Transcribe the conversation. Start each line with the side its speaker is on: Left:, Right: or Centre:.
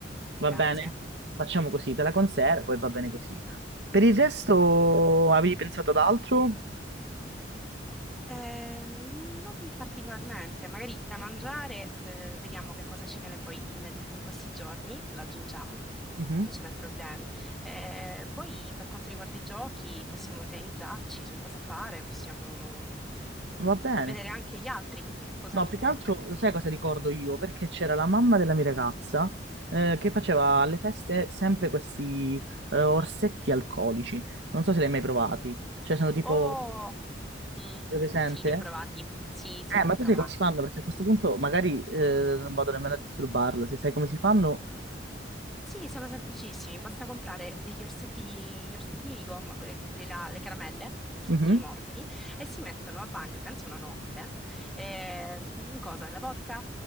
Right: va
Centre: Grazie.
Right: bene? Facciamo così, te la conservo e va bene così. Per il resto avevi pensato ad altro?
Centre: Eh, non particolarmente, magari da mangiare, eh, vediamo che cosa ci viene poi nel- in questi giorni, lo aggiungiamo,
Right: Mhm,
Centre: non ce n'è problemi. Eh, poi per quanto riguarda i giochi, possiamo organizzarci su cosa fare, possiamo
Right: Va bene.
Centre: vedere anche gli altri cosa
Right: No,
Centre: hanno
Right: più
Centre: in
Right: che
Centre: mente.
Right: altro, lo sai cosa ricordo io? Perché c'era la mamma della mia ragazza eh, che faceva alle feste sempre questi eh, orsetti alcolici. Non so se li hai mai provati. Cioè, sono tipo...
Centre: Oh, mm,
Right: Sei presente?
Centre: sì, li ho provati, sì, sì,
Right: Eh,
Centre: li
Right: ma
Centre: ho provati.
Right: tu sai come si fanno? Perché a questo punto magari eh, non vado nemmeno a disturbarla. Se sai come si fanno...
Centre: Sì, sono semplicissimi, basta comprare degli orsetti, gli orsettini di gomma, que- di quelli là, le caramelle, gli orsettini
Right: Mhm.
Centre: morbidi, e si mettono a bagno, penso una notte, eh, in cosa? Nella vodka?